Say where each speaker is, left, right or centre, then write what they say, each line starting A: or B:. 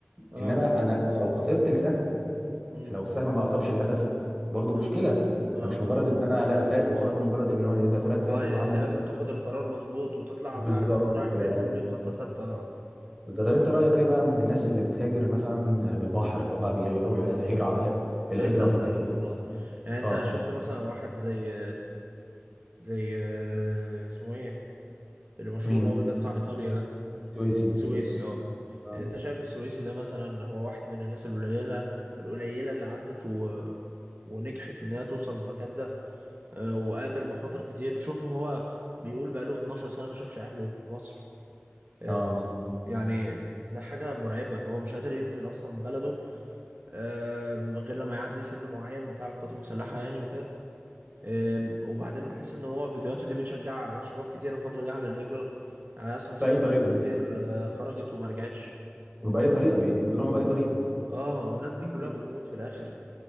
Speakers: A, on the right; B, on the right.
A: اه
B: انما
A: فاهم
B: انا لو خسرت السهم
A: أمم.
B: لو السهم ما اصابش الهدف برضو
A: اه
B: مشكله
A: اه
B: فمش مجرد
A: آه.
B: ان انا لا فارق وخلاص ده مجرد ان هو ده فلان سافر
A: اه يعني
B: وعمل
A: انت لازم تاخد القرار مظبوط وتطلع
B: بالظبط
A: وانت عارف انت رايح
B: كده
A: فين وليك خطة ثابتة اه.
B: بالظبط
A: مم.
B: طب انت رايك ايه بقى في الناس اللي بتهاجر مثلا بالبحر اللي هم بي- بيروحوا
A: يا
B: ده
A: نهار
B: هجره
A: أبيض. كنت
B: الهجره
A: لسه
B: بالتهريب
A: هسألك والله يعني انت
B: اه
A: شفت مثلا واحد زي زي اه، اسمه ايه اللي مشهور
B: مين
A: قوي ده بتاع ايطاليا ده
B: السويسي
A: سويسي اه
B: اه
A: يعني انت شايف السويسي ده مثلا هو واحد من الناس القليلة القليلة اللي عدت و ونجحت ان هي توصل للمكان ده آه، وقابل مخاطر كتير وشوف هو بيقول بقاله 12 سنة ما شافش اهله في مصر اه،
B: اه بالظبط
A: يعني ده حاجة مرعبة هو مش قادر ينزل أصلا من بلده آم، غير لما يعدي سن معين بتاع القوات المسلحة يعني وكده آم، وبعدين بحس إن هو فيديوهاته دي بتشجع شباب كتير الفترة دي على الهجرة يعني أنا أسمع سمعت
B: باي طريقه
A: عن ناس كتير آه، خرجت وما رجعتش وماتت
B: وبأي طريقة بي- بيروحوا بأي طريقة
A: اه والناس دي كلها
B: أيوة.
A: بتموت في الآخر